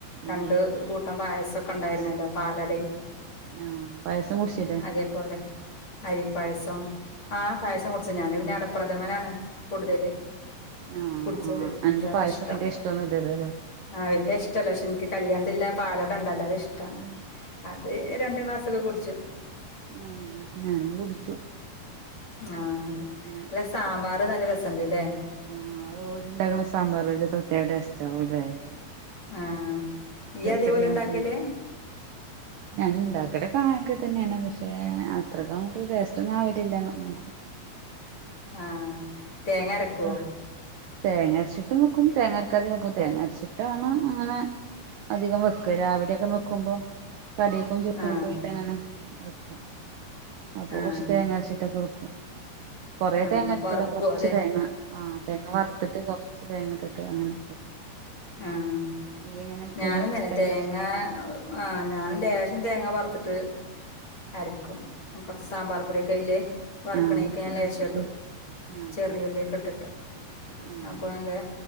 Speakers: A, on the left; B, on the right.
A: രണ്ട്
B: ആഹ്
A: കൂട്ടം പായസൊക്കെ
B: പായസം
A: ഇണ്ടായിരുന്നല്ലോ പാലടിം.
B: ആഹ് പായസം കുട്ച്ചിലേ?
A: അതേപോലെ അരിപ്പായസം ആഹ് പായസം കുട്ച്ച് ഞാന് പിന്ന ട പ്രഥമനാണ് കൂട്തല്
B: ആഹ്
A: കുട്ച്ചത്.
B: ആഹ് അനക്ക്
A: ഇൻക്കതാ
B: പായസം
A: ഇഷ്ടം.
B: വലിയ ഇഷ്ടൊന്നുല്ലല്ലോ ല്ലേ
A: ആഹ് വല്യ ഇഷ്ടല്ല പക്ഷെ ഇൻക്ക് കല്ല്യാൺത്തില്ലെ ആ പാലടണ്ടെല്ലോ അത് ഇഷ് ടാണ്.
B: ഉം
A: അത് രണ്ട് ഗ്ലാസ്സൊക്കെ കുട്ച്ചു.
B: ഉം ഞാനും കുടിച്ചു
A: ആഹ്
B: പിന്നെ
A: അല്ല സാമ്പാർ നല്ല രസണ്ട്ല്ലേ
B: ആഹ് അത് ഓരിണ്ടാക്കണ സാമ്പാറ് ഒരു പ്രത്യേക ടേസ്റ്റാവുംല്ലേ
A: ആഹ് ഇയ്യതേപോലെ
B: കല്യാണത്തിന്
A: ണ്ടാക്കല്
B: ഞാൻ ഇണ്ടാക്കലൊക്കെ അങ്ങനൊക്കെ തന്നെയാണ് പക്ഷെ അത്രക്കങ്ങോട്ട് ടേസ്റ്റൊന്നും ആവലില്ലാന്ന് മാത്രം
A: ആഹ് തേങ്ങ അരക്കുവോ
B: ആഹ് തേങ്ങരച്ചിട്ടും വെക്കും തേങ്ങരക്കാതേം വെക്കും തേങ്ങാരച്ചിട്ടാണ് അങ്ങനെ അധികം വെക്ക രാവിലെയൊക്കെ വെക്കുമ്പോം കടിക്കും ചോറ്ക്കും
A: ആഹ്
B: ആയിട്ട് അങ്ങനെ വെക്കും അപ്പൊ
A: ആഹ്
B: കൊറച്ച് തേങ്ങ അരച്ചിട്ടൊക്കെ വെക്കും കൊറേ
A: ആഹ്
B: തേങ്ങ അരക്കൂല
A: വറുക്കുവോ
B: കൊറച് ച്ച് തേങ്ങ ആഹ് തേങ്ങ വറുത്തിട്ട് കുറച്ച് തേങ്ങട്ടിട്ട് അങ്ങനെ
A: ആഹ്
B: ഇയ്യ് എങ്ങനെ വെക്കല്
A: ഞാനും തന്നെ
B: തേങ്ങ
A: തേങ്ങാ
B: അരച്ചിട്ട്
A: ആഹ് ഞാനും ലേശം തേങ്ങ വറുത്തിട്ട് അരക്കും കൊറച്ച് സാമ്പാർ പൊടിയൊക്കെ അയ്ല് വറക്കണേക്കെ
B: ആഹ്
A: ഞാൻ
B: ഉം
A: ലേശം ഇടും
B: ഉം ആഹ്
A: ചെറിയുള്ളിയൊക്കെ ഇട്ടിട്ട്
B: ആഹ് ആഹ്
A: അപ്പൊ അതിൻ്റെ